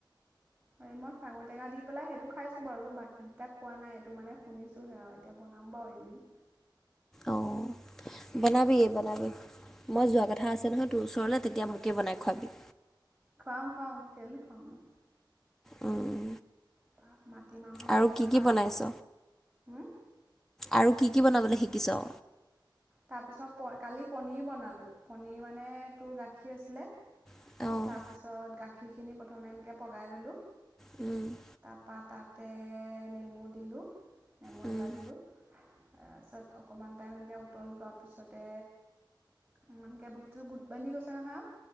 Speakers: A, on the right; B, in the centre.
A: আৰে মই চাঙৈ টেঙা দি পেলাই সেইটো খাইছোঁ বাৰু বাকীকেইটা খোৱা নাই এইটো মানে শুনিছোঁহে আও এতিয়া বনাম বাৰু এদিন।
B: অ', বনাবি, বনাবি মই যোৱা কথা আছে নহয় তোৰ ওচৰলে। তেতিয়া মোকেই বনাই খোৱাবি।
A: খোৱাম, খোৱাম কেলে নোখোৱাম নো?
B: উম।
A: তাৰপৰা মাটিমাহৰ
B: আৰু কি
A: খাৰ,
B: কি বনাইছ
A: উম!
B: আৰু কি, কি বনাবলে শিকিছ?
A: তাৰপিছত কালি পনীৰ বনালোঁ। পনীৰ মানে তোৰ গাখীৰ আছিলে!
B: অ'।
A: তাৰপিছত গাখীৰখিনি প্ৰথমে এনেকে পগাই ল'লো।
B: উম,
A: তাৰপা তাতে নেমু দিলোঁ। নেমু
B: উম,
A: এটা দিলোঁ, তাৰপিছত অকণমান টাইম এনেকে উতল পোৱাৰ পিছতে অকমানকে বস্তুটো গোট বান্ধি গৈছে নহয় আৰু!